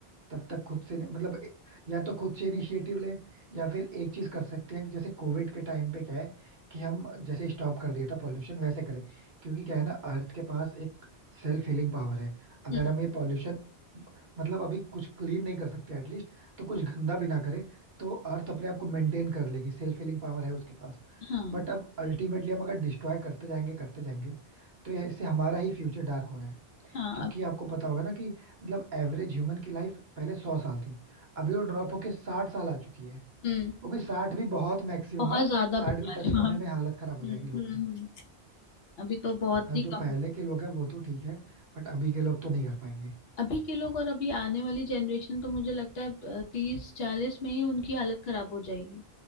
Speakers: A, on the right; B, on the left.
A: तब तक खुद से नहीं- मतलब ए- या तो खुद से इनिशिएटिव लें या फिर एक चीज कर सकते हैं कि जैसे कोविड के टाइम पे क्या है कि हम जैसे स्टॉप कर दिया था पॉल्यूशन वैसे करें क्योंकि क्या है ना अर्थ के पास एक सेल्फ हीलिंग पावर है अगर
B: हम्म
A: हम ये पॉल्यूशन मतलब अभी कुछ क्लीन नहीं कर सकते एटलीस्ट तो कुछ गंदा भी ना करे तो अर्थ अपने आप को मेंटेन कर लेगी सेल्फ हीलिंग पावर है उसके पास
B: हाँ
A: बट अब अल्टीमेटली हम अगर डिस्ट्रॉय करते जाएंगे करते जाएंगे तो ये- इससे हमारा ही फ्यूचर डार्क हो रहा है
B: हाँ
A: क्योंकि
B: अब
A: आपको पता होगा ना कि मतलब एवरेज ह्यूमन की लाइफ पहले सौ साल थी अभी वो ड्रॉप होके साठ साल आ चुकी है
B: हम्म
A: वो भी साठ भी बहुत मैक्सिमम
B: बहुत
A: है
B: ज्यादा
A: साठ
B: बता
A: भी
B: रहे
A: टच
B: हो
A: करने
B: हम
A: में हालत खराब हो
B: हम्म
A: जाएगी लोग
B: हम्म,
A: की
B: हम्म। अभी तो बहुत
A: अब
B: ही
A: जो
B: कम
A: पहले
B: है
A: के लोग हैं वो तो ठीक है बट अभी के लोग तो नहीं कर पाएंगे
B: अभी के लोग और अभी आने वाली जनरेशन तो मुझे लगता है तीस चालीस में ही उनकी हालत खराब हो जाएगी